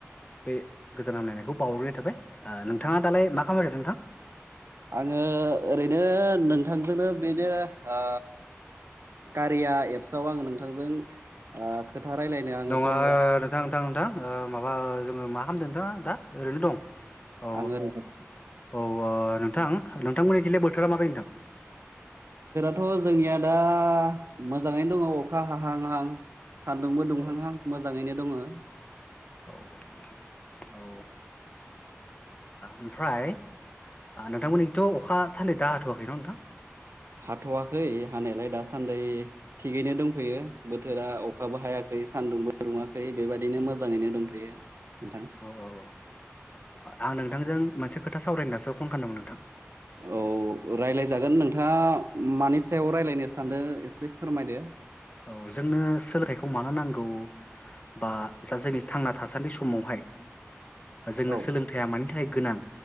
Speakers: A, on the left (about 30°); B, on the right (about 65°).
A: बे। गोजोन हामलायनायखौ बावहरनाय थाबाय ओ नोंथाङा दालाय मा खामायदों नोंथां।
B: आङो ओरैनो नोंथांजोंनो बेनो ओ। कारिया एप्सआव आङो नोंथांजों ओ। खोथा रायलायनो आङो
A: नङा
B: कल
A: नोंथां - नोंथां - नोंथां ओ माबा जोङो मा खामदों नोंथाङा दा ओरैनो दं। औ
B: आङो <inaudible>
A: औ ओ नोंथां नोंथांमोननि बिलाय बोथोरा माबायदि नोंथां।
B: थ' जोंनिया दा मोजाङैनो दङ अखा हाहां-हाहां। सान्दुंबो दुंहांहां
A: औ
B: मोजाङैनो दङो।
A: औ नोंथां औ ओ ओमफ्राय। ओ नोंथांमोननिथ' अखा थान्दै दा हाथ'वाखै न नोंथां।
B: हाथ'वाखै हानायालाय दासान्दि थिगैनो दंथ'यो बोथोरा अखाबो हायाखै। सानदुंबो दुङाखै बेबायदिनो मोजाङैनो दंथ'यो। नोंथां
A: औ औ ओ आं नोंथांजों मोनसे खोथा सावरायनो होननासो फन खामदोंमोन नोंथां।
B: औ रायलाजागोन नोंथाङा। मानि सायाव राइलायनो सानदों एसे फोरमायदो।
A: औ जोंनो सोलोंथाइखौ मानो नांगौ। बा जा जोंनि थांना थासान्दि समावहाय। जोंनो
B: औ
A: सोलोंथाइया मानि थाखाय गोनां